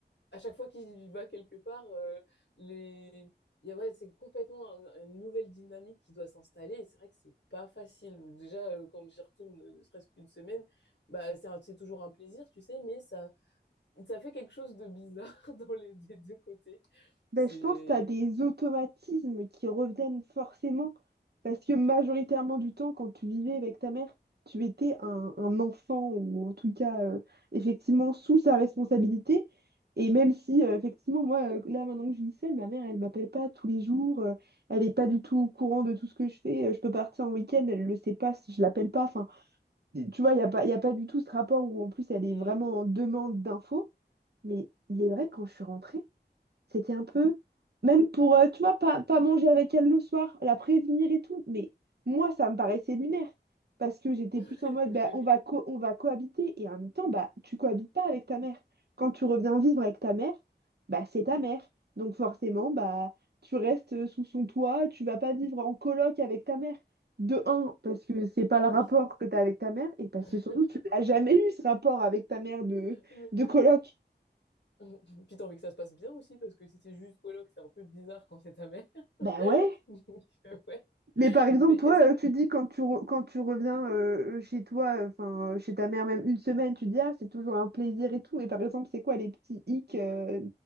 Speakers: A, on the left; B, on the right.
A: À chaque fois qu'il va quelque part, euh, les... il y a- ouais, c'est complètement un- une nouvelle dynamique qui doit s'installer. Et c'est vrai que c'est pas facile. Déjà, euh, quand j'y retourne, ne serait-ce qu'une semaine, bah, c'est un- c'est toujours un plaisir, tu sais, mais ça, ça fait quelque chose de bizarre <laughs> dans les des deux côtés.
B: Ben,
A: C'est.
B: je pense que tu as des automatismes qui reviennent forcément parce que majoritairement du temps, quand tu vivais avec ta mère, tu étais un, un enfant ou en tout cas euh, effectivement sous sa responsabilité. Et même si euh, effectivement, moi, euh, là maintenant que je vis seule, ma mère, elle m'appelle pas tous les jours, euh, elle n'est pas du tout au courant de tout ce que je fais. euh, je peux partir en week-end, elle le sait pas si je l'appelle pas. Enfin, tu vois, il n'y a pas, y a pas du tout ce rapport où en plus elle
A: Mm.
B: est vraiment en demande d'infos. Mais il est vrai, quand je suis rentrée, c'était un peu, même pour, euh, tu vois, pas, pas manger avec elle le soir, la prévenir et tout. Mais moi, ça me paraissait lunaire. Parce que j'étais
A: <laughs>
B: plus en mode, bah,
A: Mais
B: on
A: oui,
B: va co- on va cohabiter. Et en même temps, bah, tu cohabites pas avec ta mère. Quand tu reviens vivre avec ta mère, bah, c'est ta mère. Donc forcément, bah, tu restes sous son toit, tu vas pas vivre en coloc avec ta mère. De un, parce que c'est pas le
A: oui,
B: rapport que tu as avec ta mère, et parce
A: <laughs>
B: que surtout, tu n'as jamais
A: Vraiment.
B: eu ce rapport avec ta mère de,
A: Mais
B: de
A: c'est
B: coloc.
A: ça. <laughs> Puis t'as envie que ça se passe bien aussi, parce que si c'est juste coloc, c'est un peu bizarre quand c'est ta mère. <laughs>
B: Bah ouais.
A: Donc, euh, ouais.
B: Mais par exemple,
A: Mais
B: toi,
A: est-ce que,
B: euh, tu dis quand tu, re- quand tu reviens euh, euh, chez toi, euh, enfin euh, chez ta mère, même une semaine, tu dis ah, c'est toujours un plaisir et tout. Mais par exemple, c'est quoi les petits hicks euh,